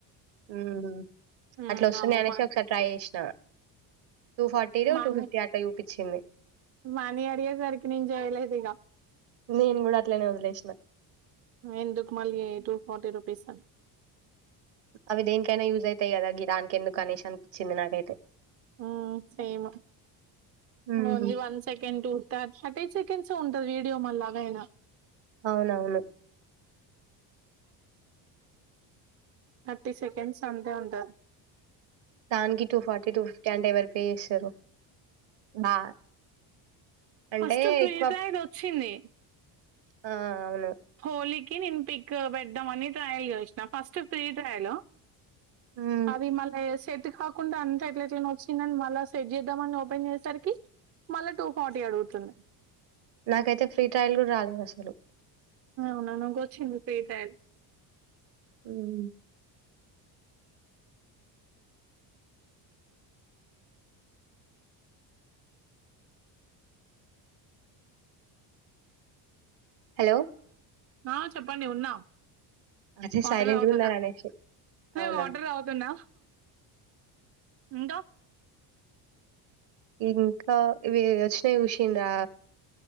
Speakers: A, on the right; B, on the right.
A: మ్మ్
B: ఉమ్
A: అట్లా వస్తుంది
B: వామ్మో
A: అనేసి
B: మా
A: ఒకసారి ట్రై చేసినా two forty
B: money
A: two fifty అట్లా చూపించింది
B: మనీ అడిగేసరికి నేను చేయలేదు ఇక
A: నేను గూడా అట్లనే వదిలేసిన.
B: ఎందుకు మళ్ళీ టూ ఫార్టీ రూ పీస్ అని
A: అవి దేన్కైనా యూస్ అయితాయి కదా గిరాన్ ఎందుకు గణేష్ అనిపించింది నాకైతే
B: మ్మ్ సేమ్
A: హ్మ్.
B: ఓన్లీ వన్ సైడ్ సెకటు థర్టీ సెకండ్స్ ఉంటది వీడియో మళ్ళలాగైనా
A: అవునవును
B: థర్టి సెకండ్స్ అంతే ఉంటాది
A: దానికి టూ ఫార్టీ టూ ఫిఫ్టీ అంటే ఎవరు పే చేస్తారు బా అంటే
B: ఫస్ట్ ఫ్రీ
A: ఎక్కువ
B: ఫైర్ వచ్చింది
A: ఆ అవును
B: హోలీకి నేను పిక్ పెడద్దా అని ట్రయల్ చేసిన ఫస్ట్ ఫ్రీ ట్రయలు
A: హ్మ్.
B: అది మళ సెట్ కాకుండా అంత ఎట్లా ఎట్ల వచ్చిందని మళ్ళా సెట్ చేద్దామని ఓపెన్ చేసే సరికి మళ్ళా టూ ఫార్టీ అడుగుతుంది
A: నాకైతే ఫ్రీ ట్రయల్ కూడా రాలేదు అసలు
B: ఉన నాకొచ్చింది ఫ్రీ ట్రయల్
A: మ్మ్ హలో
B: ఆ చెప్పండి ఉన్నా
A: అదే
B: వాటర్
A: సైలెంట్‌గున్నారనేసి.
B: తాగుతున్నా
A: అవునా!
B: వాటర్ తాగుతున్నా ఇంకా
A: ఇంకా ఇవి వచ్చినాయి చూసింద్రా